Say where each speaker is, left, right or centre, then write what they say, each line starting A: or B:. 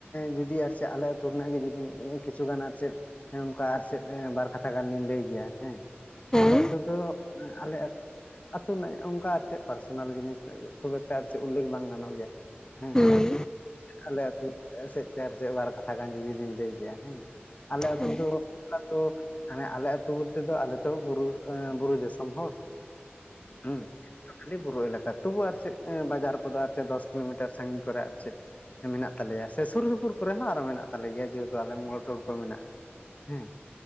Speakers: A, on the left (about 35°); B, on the left (about 15°).
A: ᱡᱩᱫᱤ ᱟᱨ ᱪᱮᱫ ᱟᱞᱮ ᱟᱹᱛᱩ ᱨᱮᱱᱟᱜ ᱜᱮ ᱡᱩᱫᱤ ᱠᱤᱪᱷᱩᱜᱟᱱ ᱟᱨ ᱪᱮᱫ ᱦᱮᱸ ᱚᱱᱠᱟ ᱟᱨ ᱪᱮᱫ ᱵᱟᱨ ᱠᱟᱛᱷᱟ ᱜᱟᱱᱞᱤᱧ ᱞᱟᱹᱭ ᱜᱮᱭᱟ, ᱦᱮᱸ
B: ᱦᱮᱸ
A: ᱟᱞᱮ ᱟᱛᱩ ᱫᱚ ᱟᱞᱮ ᱟᱹᱛᱩ ᱨᱮᱱᱟᱜ ᱚᱱᱠᱟ ᱟᱨ ᱪᱮᱫ ᱯᱟᱨᱥᱚᱱᱟᱞ ᱡᱤᱱᱤᱥ ᱠᱷᱩᱵ ᱮᱠ ᱢᱟ ᱟᱨ ᱪᱮᱫ ᱩᱞᱞᱮᱠᱷ ᱵᱟᱝ ᱜᱟᱱᱚᱜ ᱜᱮᱭᱟ, ᱦᱩᱸ
B: ᱦᱮᱸ
A: ᱟᱞᱮ ᱟᱹᱛᱩ ᱥᱮᱫ ᱛᱮ ᱟᱨ ᱪᱮᱫ ᱵᱟᱨ ᱠᱟᱛᱷᱟ ᱜᱟᱱ ᱡᱩᱫᱤ ᱞᱤᱧ ᱞᱟᱹᱭ ᱠᱮᱭᱟ ᱦᱮᱸ, ᱟᱞᱮ ᱟᱹᱛᱩ
B: ᱦᱮᱸ
A: ᱫᱚ ᱠᱟᱛᱚ ᱢᱟᱱᱮ ᱟᱞᱮ ᱟᱹᱛᱩ ᱵᱚᱞᱛᱮ ᱫᱚ ᱟᱞᱮ ᱛᱚ ᱵᱩᱨᱩ ᱵᱩᱨᱩ ᱫᱤᱥᱚᱢ ᱦᱚᱲ, ᱦᱮᱸ ᱠᱷᱟᱹᱞᱤ ᱵᱩᱨᱩ ᱮᱞᱟᱠᱟ ᱛᱚᱵᱩ ᱟᱨ ᱪᱮᱫ ᱵᱟᱡᱟᱨ ᱠᱚᱫᱚ ᱟᱨ ᱪᱮᱫ ᱫᱚᱥ ᱠᱤᱞᱳᱢᱤᱴᱟᱨ ᱥᱟᱺᱜᱤᱧ ᱠᱚᱨᱮ ᱟᱨ ᱪᱮᱫ ᱦᱮᱸ ᱢᱮᱱᱟᱜ ᱛᱟᱞᱮᱭᱟ ᱥᱮ ᱥᱩᱨ ᱥᱩᱯᱩᱨ ᱠᱚᱨᱮ ᱦᱚᱸ ᱟᱨᱚ ᱢᱮᱱᱟᱜ ᱛᱟᱞᱮ ᱜᱮᱭᱟ ᱡᱮᱦᱮᱛᱩ ᱟᱞᱮ ᱢᱳᱲ-ᱴᱳᱲ ᱠᱚ ᱢᱮᱱᱟᱜ-ᱟ ᱾ ᱦᱮᱸ